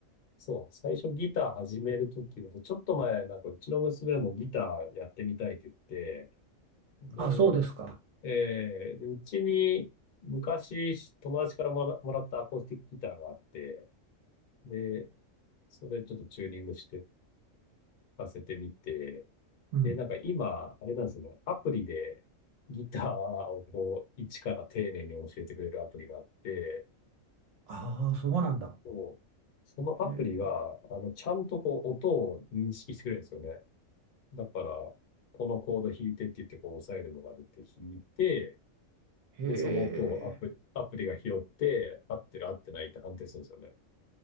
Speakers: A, on the left; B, on the right.
A: そう、最初ギター始めるときも、ちょっと前、なんかうちの娘もギターやってみたいって言って、で、
B: あ、そうですか。
A: えーで、うちに昔友達からもら、もらったアコースティックギターがあって、で、それちょっとチューニングして聴かせてみて、
B: うん。
A: で、なんか今、あれなんですよね、アプリでギターをこう、一から丁寧に教えてくれるアプリがあって、
B: ああ、そうなんだ。
A: そうそのアプリが、
B: へえ。
A: あの、ちゃんとこう、音を認識してくれるんですよね。だから、このコード弾いてって言って、こう押さえるのが出て弾いて、
B: へ
A: で、その音をアプリ、
B: え。
A: アプリが拾って、合ってる合ってないって判定するんですよね。